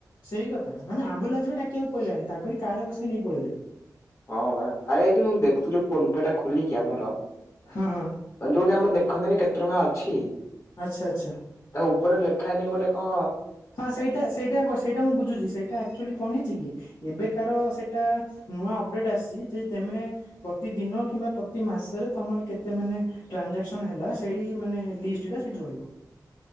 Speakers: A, on the left; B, on the left.
A: ସେଇ କଥା ମାନେ ଆମ୍ବୁଲାନ୍ସ ବି ଡାକିବାକୁ ପଇଲାନି ତାଙ୍କରି କାର ରେ ବସିକି ନେଇକି ପଳେଇଲେ।
B: ହଁ ବା ଆରେ ଏଇ ଯଉ ମୁଁ ଦେଖୁଥିଲି ଫୋନପେ ଟା ଖୋଲିଚି ଆମର
A: ହଁ ହଁ
B: ଅ ଜଉଥି ଆମର ଦେ ଦେଖନ୍ତିନି କେତେ ଟଙ୍କା ଅଛି
A: ଆଚ୍ଛା ଆଚ୍ଛା।
B: ତା ଉପରେ ଲେଖା ହେଇନି ଗୋଟେ ଙ୍କ
A: ହଁ ସେଇଟା ସେଇଟା କୋ ସେଇଟା ମୁଁ ବୁଝୁଛି ସେଇଟା ଅକ୍ଚୋଲୀ କଣ ହେଇଛି କି ଏବେକାର ସେ- ତା ନୂଆ ଅପଡେଟ ଆସଚି ଯେ ତେମେ ପ୍ରତିଦିନ କିମ୍ବା ପତି ମାସରେ ତମର କେତେ ମାନେ ନେ ଟ୍ରାନଂଜାକ୍ସନ ହେଲା ସେଇ ମାନେ ଲିଷ୍ଟ ଟା ସେଠି ରହିବ।